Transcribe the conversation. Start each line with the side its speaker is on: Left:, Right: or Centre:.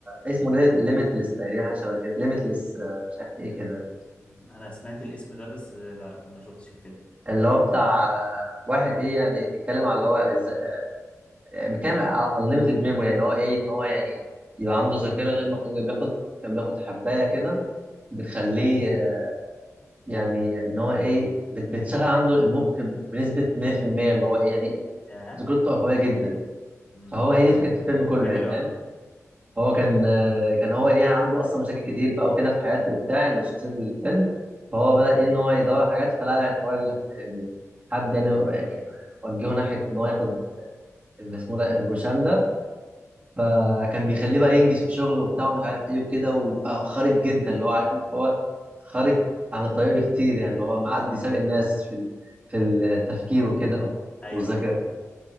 Right: اسمه ليميتلس تقريبا حاجه شبه كده ليميتلس مش عارف ايه
Left: آه،
Right: كده
Left: انا سمعت الاسم ده بس آه، لا ما شفتش الفيلم
Right: اللي هو بتاع آه، واحد ايه يعني بيتكلم على اللي هو ازاي بكام unlimited memory يعني هو ايه ان هو يعني يبقى عنده ذاكره غير محدوده بياخد كان بياخد حبايه كده بتخليه
Left: امم
Right: آه، يعني ان هو ايه بت- بتشغل عنده المخ بنسبه 100% اللي هو ايه يعني
Left: اه
Right: ذاكرته قويه جدا
Left: امم
Right: فهو هي دي فكره الفيلم كله
Left: فكره حلوه
Right: يعني فاهم
Left: قوي
Right: هو كان آه، كان هو ايه عنده اصلا مشاكل كتير بقى وكده في حياته وبتاع يعني شخصيه الفيلم فهو بدا ايه ان هو يدور على حاجات فلا يعني حوار ال- يعني حد يعني يعني وجهه ناحيه ان هو ياخد اللي اسمه ده البروشام فكان بيخليه بقى ينجز في شغله وبتاع ومش عارف ايه وكده ويبقى خارج جدا اللي هو عارف انت هو خارج عن الطريق كتير يعني اللي هو معدي
Left: <laughs>
Right: سابق الناس في ال- في التفكير وكده و-
Left: ايوه
Right: والذاكره
Left: ايوه ده